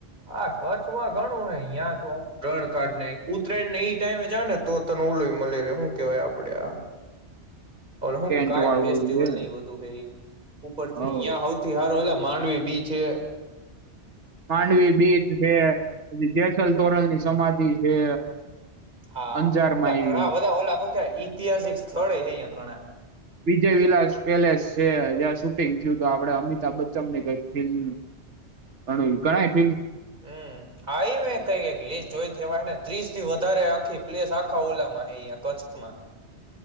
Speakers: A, on the right (about 40°); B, on the right (about 85°).
A: હા કચ્છમાં ઘણું હ અહં તો રણકાડ ન ઉત્તરાયણ ને એઈ ટાઈમે જાવ ને તો તને ઓલોય મળી રે શું કેવાય આપડે આ
B: ટેન્ટ
A: હું કાઈટ
B: વાળું
A: ફેસ્ટિવલ
B: ઓલું છે
A: ને અ બધું એ ઉપર
B: હવ
A: થી અહીંયા હઉ થી હારુ ઐલા માંડવી બી છે.
B: માંડવી બીચ જે જેસલ તોરલ ની સમાધિ બી છે.
A: હા,
B: અંજારમાં
A: એટલા
B: આયવી
A: ઘણા બધા ઓલા હું. ઈતિહાસિક સ્થળ અહિયાં ઘણા
B: વિજય વિલાસ પેલેસ છે, જ્યાં શૂટિંગ થયું. તો આપડે અમિતાભ બચ્ચન ની કઈક ફિલ્મ ગણ ગણાય ને?
A: હમ, આ એ મે કઈ લઈવાની ત્રીસ થી વધારે આખી પ્લેસ આખા ઓલામાં અહીં કચ્છમાં.